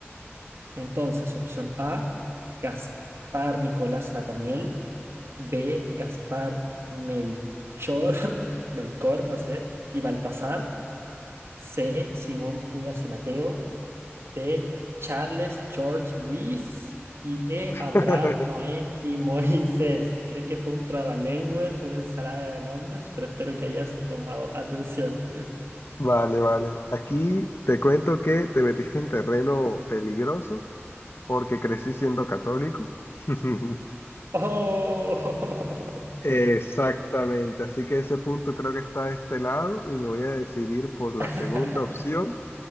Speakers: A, on the right; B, on the left.
A: Entonces, opción A, Gaspar Nicolás Nathaniel. B, Gaspar Melchor, <laughs> Melchor, no sé, y Baltasar. C, Simón Judas y Mateo. D, Charles George Luis. Y E,
B: <laughs>
A: Abraham, Noé y <laughs> Moisés. Creo que fue un trabalenguas, una ensalada de nombres, pero espero que hayas tomado atención.
B: Vale, vale. Aquí te cuento que te metiste en terreno peligroso porque crecí siendo católico. <laughs>
A: ¡Oh!
B: Exactamente, así que ese punto creo que está de este lado y me voy a decidir por la
A: <laughs>
B: segunda opción,